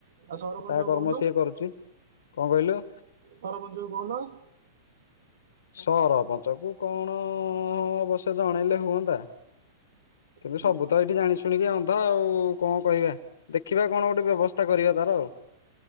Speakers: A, on the right; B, on the left.
A: ଆଉ ସରପଞ୍ଚକୁ
B: ତା କର୍ମ
A: କହୁନ
B: ସିଏ କରୁଛି କଣ କହିଲୁ?
A: ସରପଞ୍ଚକୁ କହୁନ।
B: ସରପଞ୍ଚ କୁ କଣ ଅବସ୍ୟ ଜଣେଇଲେ ହୁଅନ୍ତା। କିନ୍ତୁ
A: ହୁଁ
B: ସବୁ ତ ଏଇଠି ଜାଣି ଶୁଣିକି ଅନ୍ଧ ଆଉ। କଣ କହିବା ଦେଖିବା କଣ ଗୋଟେ ବ୍ୟବସ୍ଥା କରିବା ତାର ଆଉ।